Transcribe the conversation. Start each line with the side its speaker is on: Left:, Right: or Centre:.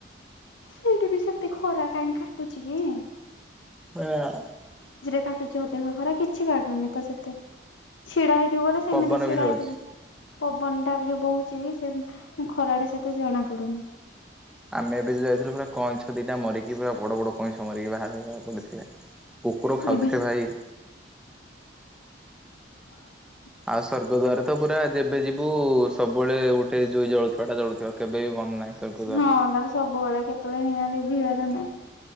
Left: ଏଇଠି ବି ସେତେ ଖରା କାଇହିଁ କାଟୁଚି କି?
Centre: ହଁ।
Left: କାଟୁଯୋଦେହ ଖରା କିଛି କା ନ ତ ସେତେ ଛିଡା ହେଇଥିବୁ ବଲେ ସେମିତି
Centre: ପବନ
Left: ଛିଡା
Centre: ବି ହଉଛି।
Left: ହେଇଥିବୁ। ପବନ ଟା ବି ଯୋଉ ବହୁଚି ସେ ଖରାଟା ସେତେ ଜଣା ପଡୁନି।
Centre: ଆମେ ଏବେ ଯ ଯାଇଥିଲୁ ପୁରା କଇଁଛ ଦିଟା ମରିକି ପୁରା ବଡ ବଡ କଇଁଛ ମରିକି ବାହାରିଲା। <unintelligible> କୁକୁର ଖାଉଥିଲେ
Left: ଏ ଭିତ
Centre: ଭାଇ।
Left: <unintelligible>
Centre: ଆଉ ସର୍ଗଦ୍ୱାରେ ତ ପୁରା ଏବେ ଯିବୁ ସବୁବେଳେ ଗୋଟେ ଜୁଇ ଜଳୁଥିବା ଟା ଜଳୁଥିବ। କେବେବି ବନ ନାହିଁ। ସ୍ୱର୍ଗ ଦ୍ୱାରରେ।
Left: ହଁ ତାହେଲେ ସବୁବେଳେ କେତେବେଳେ ନିଆଁ ଲିଭିବାରେ ନାଇଁ।